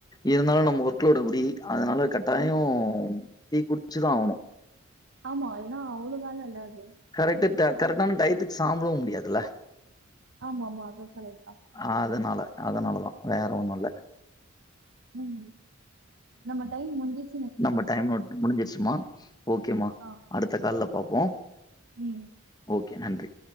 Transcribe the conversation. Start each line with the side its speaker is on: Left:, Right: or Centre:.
Left: இருந்தாலு நம்ம ஒர்க் லோட் அப்டி அதனால கட்டாயோ டீ குடிச்சுதா ஆவனு
Right: ஆமா ஏனா அவ்ளோ வேலல்ல அது
Left: கரெக்ட் த கரெக்டான டயத்துக்கு சாப்படவு முடியாதுல
Right: ஆமா ஆமா அதுவு கரெட் தா
Left: அதனால அதனால தா வேற ஒண்ணு இல்ல
Right: ம் நம்ம முடிஞ்
Left: நம்ம டைம் நோட் முடிஞ்சிருச்சுமா ஓகேமா
Right: ஆ
Left: அடுத்த கால்ல பாப்போ
Right: ம்
Left: ஓகே நன்றி